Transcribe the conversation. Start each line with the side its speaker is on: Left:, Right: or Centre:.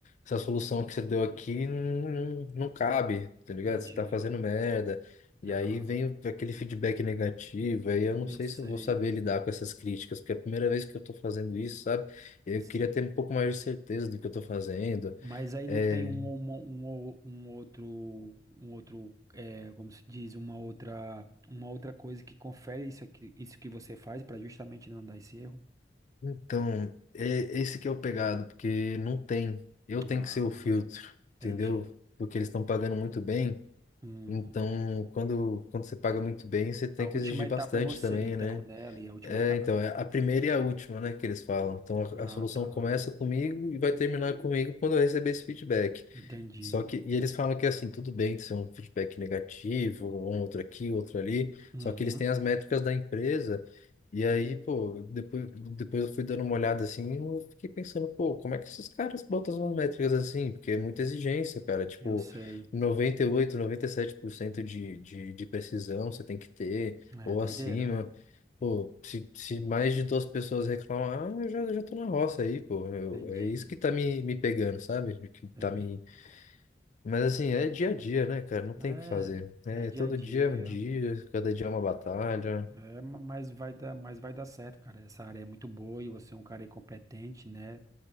Left: essa solução que você deu aqui não, não cabe, tá ligado?
Right: entendi.
Left: Você tá fazendo merda. E
Right: Aham,
Left: aí vem o- aquele feedback negativo, aí eu não
Right: eu
Left: sei
Right: sei.
Left: se eu vou saber lidar com essas críticas, porque é a primeira vez que eu tô fazendo isso, sabe? Eu
Right: Sim.
Left: queria ter um pouco mais de certeza do que eu tô fazendo.
Right: Mas aí
Left: É,
Right: não tem um, ou- uma- um, ou- um outro, um outro, é, como se diz, uma outra, uma outra coisa que confere isso aqui, isso que você faz para justamente não dar esse erro.
Left: então, é, esse que é o pegado, porque não tem. Eu tenho
Right: Ah,
Left: que ser o filtro, entendeu?
Right: entendi.
Left: Porque eles estão pagando muito bem.
Right: Uhum.
Left: Então, quando, quando você paga muito bem, você tem
Right: A última
Left: que exigir
Right: etapa
Left: bastante
Right: é você,
Left: também,
Right: então,
Left: né?
Right: né, Ali? A última
Left: É,
Right: etapa
Left: então,
Right: é você,
Left: é a
Right: né?
Left: primeira e a última, né, que eles falam. Então,
Right: Ah,
Left: a, a solução
Right: tá.
Left: começa comigo e vai terminar comigo quando eu receber esse feedback.
Right: Entendi.
Left: Só que, e eles falam que assim, tudo bem, isso é um feedback negativo, um outro aqui, outro ali,
Right: Uhum,
Left: só que eles têm as métricas da empresa, e aí, pô, depois, depois eu fui dando uma olhada assim, e eu fiquei pensando, pô, como é que esses caras botam umas métricas assim? Porque é muita exigência, cara, tipo,
Right: eu sei.
Left: 98, 97% de, de, de precisão você tem que ter, ou
Right: É doideira.
Left: acima. Pô, se, se mais de duas pessoas reclamar, ah, eu já, já tô na roça aí, pô. Eu-
Right: Entendi.
Left: é isso que tá me, me pegando, sabe? Que
Right: Sei.
Left: tá me, mas assim, é dia a dia, né, cara? Não tem
Right: É,
Left: o que fazer. né?
Right: é dia
Left: É, todo
Right: a dia.
Left: dia é um dia, cada dia é uma batalha.
Right: É, ma- mas vai dar, mas vai dar certo, cara. Essa área é muito boa e você é um cara aí competente, né?